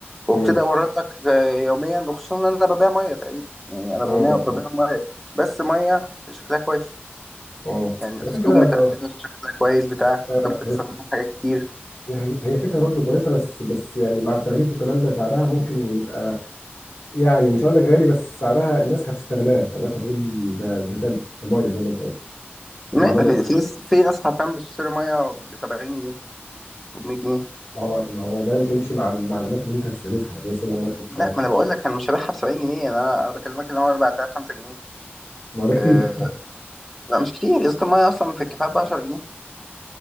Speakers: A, in the centre; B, on the left (about 75°).
A: وابتدي
B: اه
A: اورد لك آه، يوميا وخصوصا ان انا ببيع مية تقريبا يعني انا
B: اه
A: ببيع ببيع مية بس مية شكلها كويس
B: اه
A: يعني الايس
B: هي فكره
A: كوب مترتبة
B: ب-
A: شكلها كويس بتاع
B: آه،
A: انت ممكن
B: هي
A: تستخدمه في حاجات كتير
B: هي هي فكره برضه كويسه بس بس يعني مع التغليف والكلام ده سعرها ممكن يبقى يعني مش هقول لك غالي بس سعرها الناس هتستغلاه الناس هتقول ده ده ثلج ده ميه زي ما انت قلت طب
A: ما-
B: ما اعمله
A: في ناس في ناس حرفيا بتشتري مية ب 70 جنيه وب 100 جنيه
B: ما هو ما هو ده مش هيمشي مع مع الاماكن اللي انت هتستهدفها زي سوبر ماركت مش
A: لا
B: عارف
A: ما
B: ايه
A: انا بقول لك انا مش هبيعها ب 70 جنيه انا انا بكلمك ان انا بعتها ب 5 جنيه
B: ما هو ده كتير
A: أه لا مش كتير ازازه الميه اصلا في الكفايه ب 10 جنيه